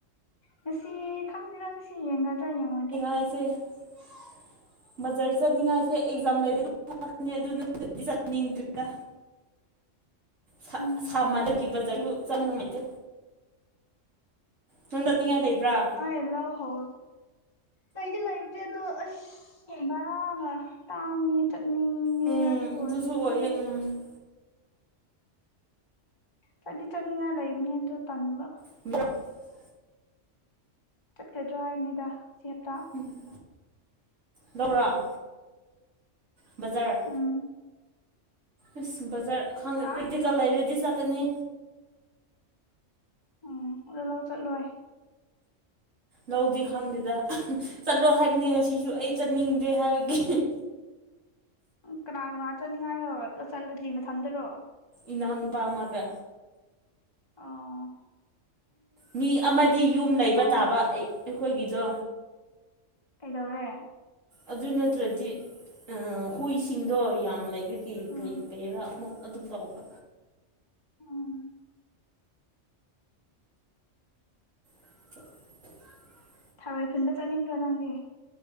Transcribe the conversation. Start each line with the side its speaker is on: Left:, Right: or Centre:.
Left: ꯉꯁꯤ ꯈꯪꯗꯦꯗ ꯉꯁꯤ ꯌꯦꯡꯒꯗ꯭ꯔꯥ ꯌꯦꯡꯉꯣꯏꯗ꯭ꯔꯥ꯫
Right: ꯑꯩꯁꯦ <inaudible> ꯕꯖꯔ ꯆꯠꯅꯤꯡꯉꯥꯏꯁꯦ ꯑꯦꯛꯖꯥꯝ ꯂꯩꯔ <unintelligible> ꯀꯅꯤ ꯑꯗꯨ ꯅꯠꯇ꯭ꯔꯗꯤ ꯆꯠꯅꯤꯡꯗ꯭ꯔꯦꯗ꯫ ꯁꯥ-ꯁꯥꯃꯟ
Left: ꯎꯝ
Right: <inaudible> ꯒꯤ ꯕꯖꯥꯔꯗꯨ ꯆꯠ ꯅꯨꯡꯉꯥꯏꯇꯦ꯫ ꯅꯪ <unintelligible> ꯅꯤꯡꯉꯥꯏ ꯂꯩꯕ꯭ꯔꯥ꯫
Left: ꯅꯣꯏ ꯂꯧ ꯍꯧ ꯂꯩꯗꯤ ꯂꯩꯇꯦ ꯑꯗꯣ ꯑꯁ ꯕꯔꯥꯒ ꯇꯥꯡꯕꯅꯦ ꯆꯠꯅꯤꯡꯉꯦ
Right: ꯎꯝ
Left: ꯑꯗꯨꯑꯣꯏꯔꯁꯨ
Right: ꯑꯗꯨꯁꯨ ꯑꯣꯏꯌꯦ ꯎꯝ
Left: ꯆꯠꯗꯤ ꯆꯠꯅꯤꯡꯉꯥꯏ ꯂꯩꯝꯅꯦ ꯑꯗꯨ ꯇꯟꯕ꯫
Right: <unintelligible>
Left: ꯆꯠꯀꯗ꯭ꯔꯣ ꯍꯥꯏꯕꯅꯤꯗ ꯁꯤ ꯍꯞꯇꯥ꯫
Right: ꯎꯝ ꯂꯧꯔꯥ꯫ ꯕꯖꯥꯔ
Left: ꯎꯝ
Right: ꯑꯁ ꯕꯖꯥꯔ ꯈꯪꯗꯦ
Left: ꯍꯥ
Right: ꯄ꯭ꯔꯦꯛꯇꯤꯀꯥ ꯂꯩꯔꯗꯤ ꯆꯠꯀꯅꯤ
Left: ꯎꯝ ꯑꯗꯨ ꯂꯧ ꯆꯠꯂꯣꯏ
Right: ꯂꯧꯗꯤ ꯈꯪꯗꯦꯗ ꯆꯠꯂꯣ ꯍꯥꯏꯕꯅꯦ ꯉꯁꯤꯁꯨ ꯑꯩ ꯆꯠꯅꯤꯡꯗꯦ ꯍꯥꯏꯕꯒꯤ
Left: ꯎ ꯀꯅꯥ ꯀꯅꯥ ꯆꯠꯅꯤꯡꯉꯥꯏꯔꯣ ꯆꯠꯂꯨꯗꯤ ꯅꯊꯟꯗꯔꯣ
Right: ꯏꯅꯥꯎ ꯅꯨꯄꯥ ꯑꯃꯒ
Left: ꯑꯧ
Right: ꯃꯤ ꯑꯃꯗꯤ ꯌꯨꯝ ꯂꯩꯕ
Left: ꯅꯅꯥꯎ
Right: ꯇꯥꯕ ꯑꯩꯈꯣꯏꯒꯤꯗꯣ
Left: ꯀꯩꯗꯧꯔꯦ
Right: ꯑꯗꯨ ꯅꯠꯇ꯭ꯔꯗꯤ ꯍꯨꯏꯁꯤꯡꯗꯣ ꯌꯥꯝ ꯂꯩꯕ ꯀꯤ
Left: ꯎꯝ
Right: ꯀꯩ ꯀꯩꯔꯥ ꯑꯃꯨꯛ ꯑꯗꯨꯝ ꯇꯧꯕ
Left: ꯎꯝ
Right: ꯑ <unintelligible>
Left: ꯊꯔꯣꯏ ꯈꯨꯟꯕ ꯆꯠꯅꯤꯡꯗ꯭ꯔꯣ ꯅꯪꯗꯤ